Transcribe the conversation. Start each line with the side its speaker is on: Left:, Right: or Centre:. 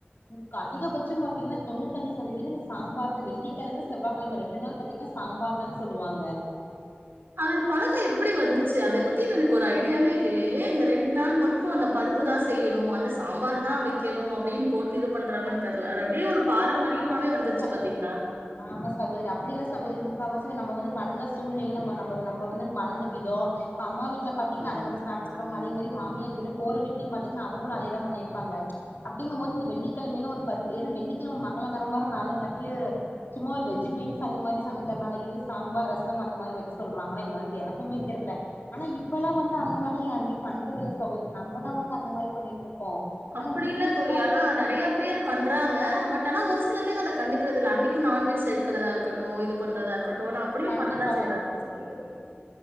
Left: முக்கா அதிகபட்சோ பாத்தீங்கன்னா தொண்ணூத்தச்சி சதவீதம் சாம்பார் தா வெள்ளிக்கெழம செவ்வாகெழம ரெண்டு நாளு பாத்தீங்கனா சாம்பார்தானு சொல்லுவாங்க
Right: <inaudible> அது பழக்கோ எப்டி வந்துச்சி அத பத்தி எனக்கு ஒரு ஐடியாவே இல்லயே ஏ இந்த ரெண்டு நாள் மட்டு அந்த பழ பருப்பு தா செய்யனு அந்த சாம்பாரு தா வைக்கனு அப்டின்னு போட் டு இது பண்றாங்கன்னு
Left: அப்டி
Right: தெர்ல அது அப்டியே ஒரு பாரம்பரியமாவே
Left: அப்டி
Right: வந்துருச்சு
Left: இல்ல சகோ
Right: பாத்தீங்ளா
Left: ஆமா சகோதிரி அப்டி இல்ல சகோதிரி மு க்காவாசி நம்ப வந்து வளந்த சூழ்நிலைல நம்ப நம்ப நம்ப வந்து வளந்த விதோ இப்ப அம்மா வீட் ல பாத்திங்கன்னா
Right: ம்
Left: அத நம்ப சாப்ட்ருப்போ
Right: ஆமா
Left: அதே மாரி மாமியார் வீடு போற வீட்லயு பாத்திங்கனா அவங்களு அதே தா பண்ணி ருப்பாங்க அப்டிங்கும் போது இந்த வெள்ளி கெழமனா ஒரு பருப்பு ஏனா வெள்ளிக்கெழம மங்களகரமான நாலுங்காட்டி சும்மா ஒரு வெஜ் மீல்ஸ் அந்த மாரி சமக்க நாளைக்கு இது சாம்பார் ரசம் அந்த மாரி வைக்க சொல்றாங்களே என்னான்டு எனக்குமே தெர்ல ஆனா இப்பெல்லா வந்து அந்த மாரி யாருமே பண்றது இல்ல சகோதரி நம்பதா வந்து அந்த மாரி பண்ணிட்ருக்கோ ஆனா
Right: அப்படி
Left: முஸ்லிம்ஸ்லா
Right: இல்ல தோழி. ஆனா
Left: இப்ப
Right: நெறைய பேர் பண்றாங்க பட் ஆனா ஒரு சில பேர் அத கண்டுக்கறதில அன்னிக்கு நான்வெஜ் எடுக்கரதா இருக்கட்டு இது பண்றதா இருக்கட்டு
Left: கண்டி
Right: ஆனா அப்டியு
Left: கண்டிப்பா
Right: பண்ணதா செய்றாங்க ஒரு சில பேர்